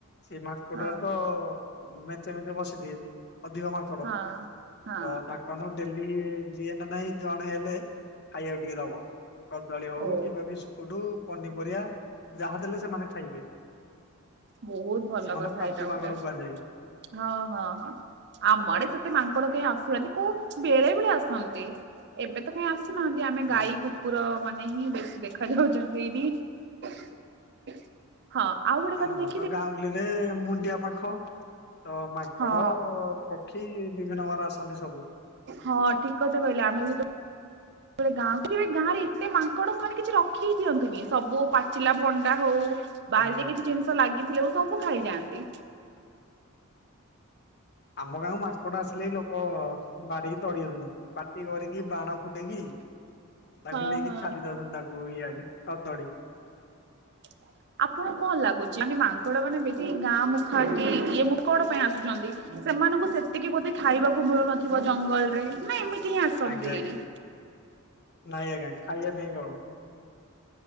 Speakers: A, on the left; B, on the right.
A: ସେ ମାଙ୍କଡର
B: ହଁ
A: ତ ମେଞ୍ଚେ ମେଞ୍ଚେ ବସିଥିବେ ଅଧିକ ମାଙ୍କଡ।
B: ହଁ ହଁ
A: ଅ ତା କନ ଡେଲି ଯିଏନେ ନାହିଁ ଜଣେ ହେଲେ ଖାଇବାକୁ ଟିକିଏ ଦବ। କଦଳୀ ହୋଉ
B: ଓ
A: କିମ୍ବା ବିସ୍କୁଟୁ ପନିପରିବା ଯାହା ଦେଲେ ସେମାନେ ଖାଇବେ।
B: ବହୁତ୍ ଭଲ
A: ସେମାନେ
B: କଥା
A: ପାତି
B: ଏଇଟା
A: ମାଙ୍କଡ
B: ଗୋଟେ
A: କୁହାଯାଏ।
B: ହଁ ହଁ ହଁ। ଆମ ଆଡେ ସେତେ ମାଙ୍କଡ କେହି ଆସିବେନି କୋଉ ବେଳେ ବେଳେ ଆସନ୍ତି। ଏବେ ତ କାହିଁ ଆସୁନାହାନ୍ତି ଆମେ
A: ଆଜ୍ଞା
B: ଗାଈକୁ କୁକୁର ମାନେ ହିଁ ବେଶୀ ଦେଖା ଯାଉଛନ୍ତି ଏଇଠି। ହଁ ଆଉ ଗୋଟେ
A: ଆମ
B: କଥା ଦେ
A: ତ ଗାଁଉଲିରେ ମୁଣ୍ଡିଆ ପାଖ ତ ମାଙ୍କଡ
B: ହଁ
A: ପ ପଖି ବିଭିନ୍ନ ପ୍ରକାରର ଆସନ୍ତି ସବୁ।
B: ହଁ ଠିକ୍ କଥା କହିଲ ଆମେ ବିତ ଗାଁ ଗାଁ ରେ ଏତେ ମାଙ୍କଡମାନେ କିଛି ରଖି ଦିଅନ୍ତିନି ସବୁ ପାଚିଲା ଭଣ୍ଡା ହୋଉ- ବାରିରେ
A: ଆଜ୍ଞା।
B: କିଛି ଜିନିଷ ଲାଗିଥିଲେ ସବୁ ଖାଇଯାଆନ୍ତି।
A: ଆମ ଗାଁକୁ ମାଙ୍କଡ ଆସିଲେ ଲୋକ ବାଡେଇକି ତଡି ଦୋଉଚନ୍ତି। ପାଟି କରିକି ବାଣ ଫୁଟେଇକି- ତାକୁ
B: ହଁ
A: ନେଇକି
B: ହଁ।
A: ଛାଡ଼ିଦୋଉଚନ୍ତି ତାଙ୍କୁ ଇଆଡେ ହଦଡି।
B: <inaudible> ଆପଣଙ୍କୁ କଣ ଲାଗୁଚି? ମାନେ ମାଙ୍କଡ ମାନେ ବେଶୀ ଗାଁ ମୁଖା ହେଇକି ଇଏ ମୁଁ କଣ ପାଇଁ ଆସୁଚନ୍ତି? ସେମାନଙ୍କୁ ସେତିକି ବୋଧେ ଖାଇବାକୁ ମିଳୁନଥିବ ଜଙ୍ଗଲ ରେ ନା ଏମିତି। କି ଆସନ୍ତି।
A: ଆଜ୍ଞା ଆଜ୍ଞା ନାଇଁ ଆଜ୍ଞା ଖାଇବା ପାଇଁ ନୁହଁ।